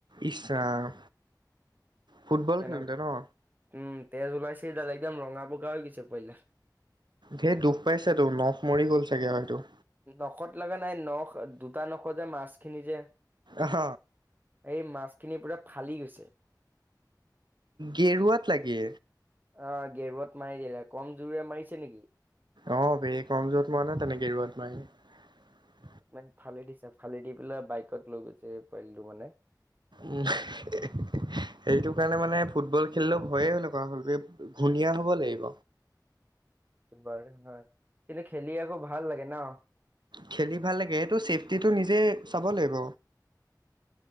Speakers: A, on the right; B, on the right.
A: ইচ ৰাম ফুটবল
B: কেনে
A: খেলোতে ন।
B: উম তেজ ওলাইছেডাল একদম ৰঙা বগা হৈ গৈছে পোৱালীটা।
A: ধেৰ দুখ পাইছে তোৰ নখ মৰি গ'ল চাগে হয়তো।
B: নখত লগা নাই নখ দুটা নখত যে মাছখিনি যে।
A: আহ
B: এই মাছখিনি পুৰা। ফালি গৈছে।
A: গেৰুৱাত লাগে।
B: অ গেৰুৱাত মাৰি দিলে কম জোৰে মাৰিছে নেকি।
A: অ বে কম জোৰত মৰা নাই তেনেকে গিৰুৱাত নাই।
B: মানে ফালেদিছে ফালে দি পেলাই বাইকত লৈ গৈছে পোৱালীটো মানে।
A: উম হি হি। সেইটো কাৰণে মানে ফুটবল খেলিলেও ভয়ে হ'ল আকৌ হল ধুনীয়া হব লাগিব।
B: বাৰধান হয় কিন্তু খেলি আকৌ ভাল লাগে ন।
A: খেলি ভাল লাগে এইটো চেফটিটো নিজে চাব লাগিব।